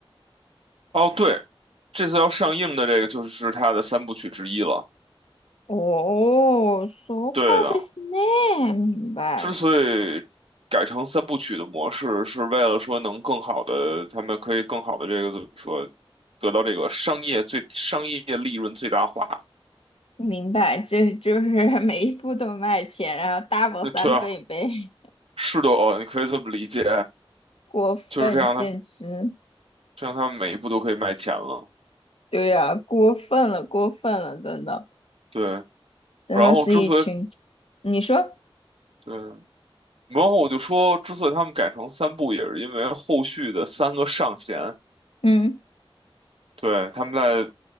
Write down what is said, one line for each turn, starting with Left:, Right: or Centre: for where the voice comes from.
Right: 哦，对，这次要上映的这个就是它的三部曲之一了。
Left: 哦，そうかですね，
Right: 对的。
Left: 明白了，
Right: 之所以改成三部曲的模式，是为了说能更好的，他们可以更好的这个怎么说，得到这个商业最商业利润最大化。
Left: 明白，这就是每一部都卖钱，然后 double 三倍呗，
Right: 那对啊，是的哦，你可以这么理解，
Left: 过分，
Right: 就是这样的，
Left: 简直，
Right: 这样他们每一步都可以卖钱了。
Left: 对呀、过分了，过分了，真的，
Right: 对，
Left: 真的是一群，
Right: 然后之所以
Left: 你说，
Right: 对，然后我就说，之所以他们改成三部，也是因为后续的三个上弦，
Left: 嗯。
Right: 对，他们在。